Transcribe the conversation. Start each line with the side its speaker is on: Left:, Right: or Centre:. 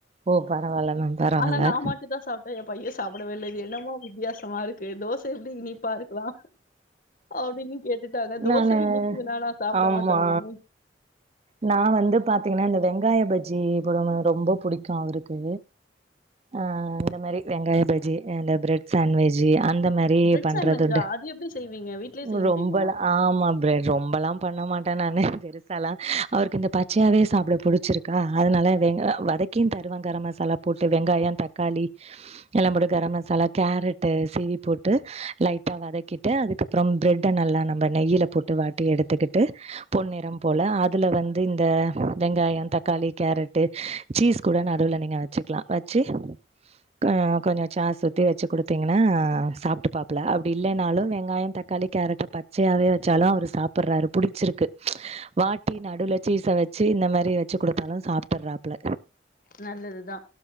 Right: ஓ பரவால்ல மேம் பரவால்ல
Left: ஆனா நாமட்டு தா சாப் ஏ பைய சாப்டவே இல்ல இது என்னம்மா வித்தியாசமா இருக்கு தோச எப்டி இனிப்பா இருக்கலா அப்டின்னு கேட்டுட்டாங்க தோச
Right: நானு
Left: இனிக்குதுனா நா சாப்ட
Right: ஆமா
Left: மாட்ட மம்மி
Right: நா வந்து பாத்தீங்னா இந்த வெங்காய பஜ்ஜி போடமா ரொம்ப புடிக்கு அவருக்கு அ இந்த மாரி வெங்காய பஜ்ஜி அ அந்த பிரெட் சன்வெஜி அந்த மா ரி
Left: பிரெட்
Right: பண்றதுண்டு
Left: சாண்ட்விச்சா? அது எப்படி செய்வீங்க? வீட்லயே
Right: உங்க
Left: செய்ய
Right: ரொம்பல்லா
Left: முடியுமா?
Right: ஆமா பிரண்ட் ரொம்பல்லாம் பண்ண மாட்ட நானு பெருசாலா அவருக்கு இந்த பச்சையாவவே சாப்ட பிடிச்சிருக்கா அதனால வெங்கா வதக்கியு தருவ கரம் மசாலா போட்டு வெங்காயோ தக் காளி எல்லா போட்டு கரம் மசாலா கேரட்டு் சீவி போட்டு லைட்டா வதக்கிட்டு அதுக்கப்புறம் பிரெட்ட நல்லா நம்ம நெயில்ல போட் டு வாட்டி எடுத்துக்கிட்டு பொன் நிறம் போல அ துல வந்து இந்த வெங்காயோ தக்காளி கேரட்டு சீஸ் கூட நடுல நீங்கள் வச் வச்சிக்கிலா வச்சி க கொஞ்சோ சாஸ் ஊத்தி வச்சி குடுத்தீங்னா சாப்டுபாப்புல அப்டி இல்லனாலு வெங்காயோ தக் தக்காளி கேரட் பச்சையாவே வச்சாலு அவரு சாப்புறாரு பிடிச்சிருக்கு வாட் டி நடுல சீஸ்ச வச்சி இந்த மாரி வச்சி குடுத்தாலு சாப்டறாப்புல
Left: நல்லதுதா